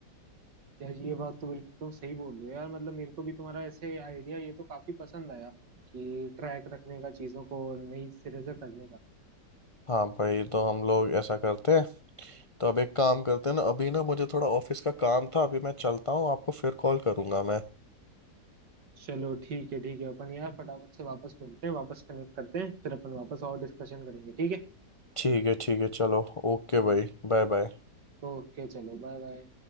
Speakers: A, on the right; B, on the left.
A: यार ये बात तो बिल्कुल तुम सही बोल रहे हो यार मतलब मेरे को भी तुम्हारा ऐसे आइडिया ये तो काफी पसंद आया कि ट्रैक रखने का चीजों को नई सिरे से करने का
B: हाँ भाई तो हम लोग ऐसा करते हैं तो अब एक काम करते हैं ना अभी ना मुझे थोड़ा ऑफिस का काम था अभी मैं चलता हूँ आपको फिर कॉल करूंगा मैं
A: चलो ठीक है ठीक है अपन यार फटाफट से वापस मिलते हैं वापस कनेक्ट करते हैं फिर अपन वापस और डिस्कशन करेंगे ठीक है
B: ठीक है ठीक है चलो ओके भाई Bye bye
A: ओके चलो बाय बाय